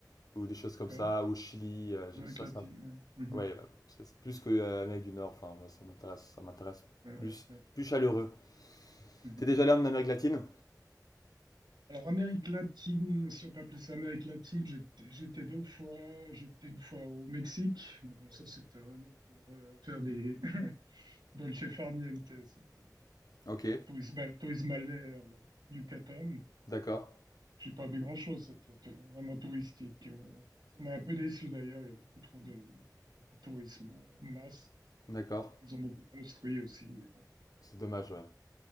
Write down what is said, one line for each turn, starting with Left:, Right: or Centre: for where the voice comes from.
Left: ou des choses
Right: D'accord.
Left: comme ça, au Chili, euh, je-
Right: Amérique
Left: ça,
Right: latine.
Left: ça,
Right: ouais. Mhm.
Left: ouais, bah, c'est plus que euh, Amérique du Nord, enfin, ouais, ça m'intéresse, ça m'intéresse
Right: Ouais,
Left: plus,
Right: ouais.
Left: plus chaleureux.
Right: Mhm.
Left: T'es déjà allé en Amérique latine?
Right: Alors, Amérique latine, si on peut appeler ça Amérique latine, j'étais j'étais deux fois, j'étais une fois au Mexique, mais bon, ça c'était vraiment pour euh, faire des <laughs> dolce far niente, c'était
Left: Ok,
Right: tourisme, bal- tourisme balnéaire, là, au Yucatan.
Left: d'accord,
Right: J'ai pas vu grand-chose, c'était euh, vraiment touristique. euh. Ça m'a un peu déçu d'ailleurs, il y a beaucoup trop de tourisme là, de masse.
Left: d'accord.
Right: Ils ont beaucoup construit aussi. et bon.
Left: C'est dommage, ouais.